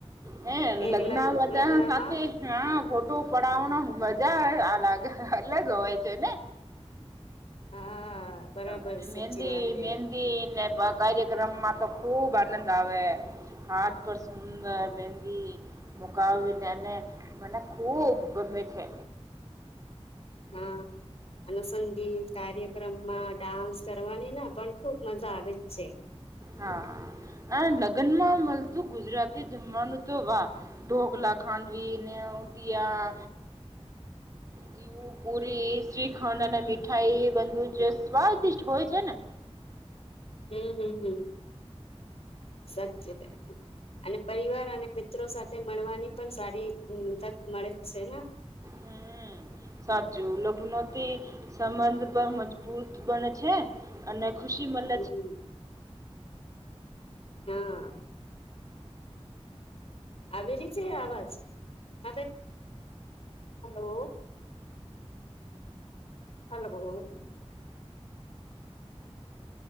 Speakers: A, on the right; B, on the left.
A: હે અને
B: એક
A: લગ્ન
B: લગ
A: બધા
B: લગ્નમાં
A: સાથે હા ફોટો પડાવવાનો મજા આવે લગ અલગ હોય છે ને
B: હા બરોબર
A: અને
B: સાચી
A: મહેંદી
B: વાત
A: મહેંદીને
B: એ
A: કાર્યક્રમમાં તો ખુબ આનંદ આવે હાથ પર સુંદર મંદી મુકાવીને અને મને ખુબ ગમે મઠે
B: હા અને સંગીત કાર્યક્રમમાં ડાન્સ કરવાની ના પણ ખુબ મજા આવે જ છે
A: હા આ લગ્ન માં મળતું ગુજરાતી જમવાનું તો વાહ ઢોક લાગ ખાંડવીી ને ઉઊડયા તીવું પુરી શ્રીખંડ અને મીઠાઈ એ બું જ સ્વાદિષ હોય છે ને
B: હમ હ સાચચી ક ત અને પરિવાર અને મિત્રો સાથે મળવાની પણ સારી તક મળે જ છે ને <inaudible>
A: હમ સાચું લગ્નોથી સંબંધ પર મજબૂત બને છે અને ખુશી મલ
B: હમ
A: છે
B: હા આવીભિ રી છે અવાજ હ હલો હલો.